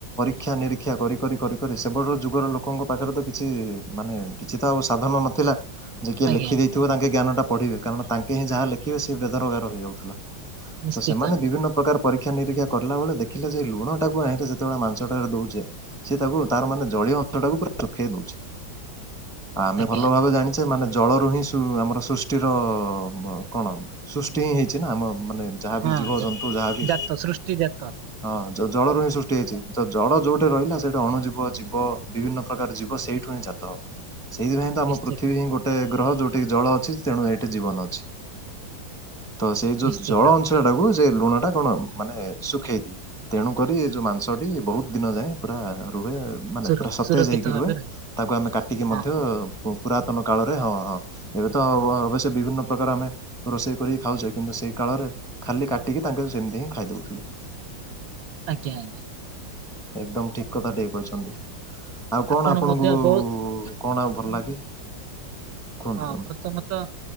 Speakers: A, in the centre; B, on the right.
A: ରୀକ୍ଷା ନିରୀକ୍ଷା କରି କରି କରି କରି ସେଭଳର ଯୁଗର ଲୋକଙ୍କ ପାଖରେ ତ କିଛି ମାନେ କିଛି ତ ଆଉ ସାଧନ ନଥି ଥିଲା। ଯେ କିଏ ଲେଖି
B: ଆଜ୍ଞା
A: ଦେଇଥିବ ତାଙ୍କେ ଜ୍ଞାନ ଟା ପଢିବେ କାରଣ ତାଙ୍କେ ହିଁ ଯହା ଲେଖିବେ ସେଏ ବେଦରଗାର ହେଇଯାଉଥିଲା।
B: ନିଶ୍ଚିତ
A: ତ ସେମାନେ ବିଭିନ୍ନ ପ୍ରକାର ପରୀକ୍ଷା ନିରୀକ୍ଷା କଲା ବେଳେ ଦେଖିଲେ ଯେ ଲୁଣ ଟାକୁ ଆଣିଲେ ଯେତେବେଳେ ମାଂସ ଟାରେ ଦଉଚେ ସେତାକୁ ତାର ମାନେ ଜଳୀୟ ଅଂଶ ଟାକୁ ପୁରା ସୁଖେଇ ଦଉଚି। ଆମେ
B: ଆଜ୍ଞା
A: ଭଲ ଭାବେ ଜାଣିଚେ ମାନେ ଜଳରୁ ହିଁ ଆମର ସୃଷ୍ଟିର କଣ ସୃଷ୍ଟି ହିଁ ହେଇଚି ନା ଆମ ମାନେ ଯାହାବି
B: ହଁ
A: ଜୀବ
B: ଜ-
A: ଜନ୍ତୁ ଯାହାବି
B: ଜାତ ସୃଷ୍ଟି ଜାତ।
A: ହଁ ଜ ଜଳରୁ ହିଁ ସୃଷ୍ଟି ହେଇଚି। ତ ଜଳ ଯୋଉଠି ରହିଲା ସେଇଟା ଅଣୁ ଜୀବ ଜୀବ ବିଭିନ୍ନ ପ୍ରକାର ଜୀବ ସେଇଠୁ ହିଁ ଜାତ ହବ। ସେଇଥିପାଇଁ ତ ଆମ
B: ନିଶ୍ଚିତ
A: ପୃଥିବୀ ହିଁ ଗୋଟେ ଗ୍ରହ ଯୋଉଠି କିି ଜଳ ଅଛି ତେଣୁ ଏଇଠି ଜୀବନ ଅଛି। ତ ସେଇ ଯୋଉ
B: ନିଶ୍ଚିତ
A: ଜଳ ଅଂଶ ଟାକୁ ଲୁଣ ଟା କଣ ମାନେ ଶୁଖେଇଦିଏ। ତେଣୁ କରି ଯୋଉ ମାଂସ ଟି ବହୁତ ଦିନ ଯାଏଁ ପୁରା ରୁହେ ମାନେ
B: ସୁର
A: ପୁରା ସତେଜ
B: ସୁରକ୍ଷିତ
A: ହେଇକି
B: ଭାବେ
A: ରୁହେ
B: ରହିବ
A: ତାକୁ ଆମେ କାଟିକି ମଧ୍ୟ
B: ହଁ ହଁ
A: ପୁରାତନ କାଳରେ ହଁ ହଁ। ଏବେ ତ ଅବଶ୍ୟ ବିଭିନ୍ନ ପ୍ରକାର ଆମେ ରୋଷେଇ କରିକି ଖାଉଚେ। କିନ୍ତୁ ସେଇ କାଳରେ ଖାଲି କାଟିକି ତାଙ୍କେ ସେମିତି ହିଁ ଖାଇଦଉଥିଲେ।
B: ଆଜ୍ଞା ଆଜ୍ଞା।
A: ଏକଦମ୍ ଠିକ କଥା ଟିଏ କହିଚନ୍ତି। ଆଉ କଣ
B: ଆପଣ
A: ଆପଣଙ୍କୁ
B: ମଧ୍ୟ ବହୁତ
A: କଣ ଆଉ ଭଲ ଲାଗେ? କୁହନ୍ତୁ
B: ହଁ
A: କୁହନ୍ତୁ?
B: ପ୍ରଥମତଃ